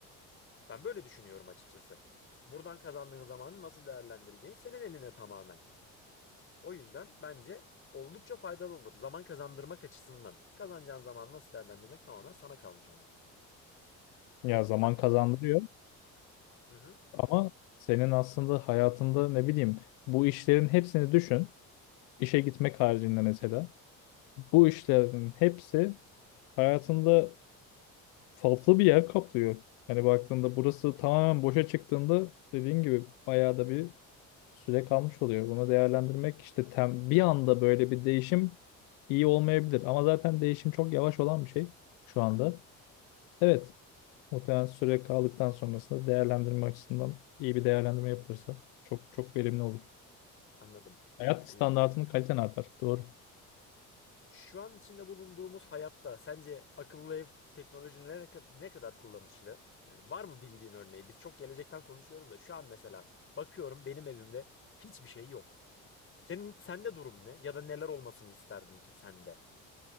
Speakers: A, on the left; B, on the left.
A: Ben böyle düşünüyorum açıkçası. Buradan kazandığın zamanı nasıl değerlendireceğin senin eline tamamen. O yüzden bence oldukça faydalı olur. Zaman kazandırmak açısından. Kazanacağın zamanı nasıl değerlendirmek tamamen sana kalmış ama.
B: Ya zaman
A: Hatta
B: kazandırıyor.
A: hı hı,
B: Ama senin aslında hayatında ne bileyim bu işlerin hepsini düşün. İşe gitmek haricinde mesela. Bu işlerin hepsi hayatında farklı bir yer kaplıyor. Hani baktığında burası tamamen boşa çıktığında dediğin gibi bayağı da bir süre kalmış oluyor. Bunu değerlendirmek işte tem bir anda böyle bir değişim iyi olmayabilir. Ama zaten değişim çok yavaş olan bir şey şu anda. Evet, muhtemelen süre kaldıktan sonrasında değerlendirme açısından iyi bir değerlendirme yapılırsa çok çok verimli olur.
A: anladım.
B: Hayat standartının
A: Ee,
B: kaliten artar. Doğru.
A: Şu an içinde bulunduğumuz hayatta sence akıllı ev teknolojinin ne, ne kadar kullanışlı? Yani var mı bildiğin örneği? Biz çok gelecekten konuşuyoruz da şu an mesela bakıyorum benim evimde hiçbir şey yok. Senin sende durum ne? Ya da neler olmasını isterdin ki sende?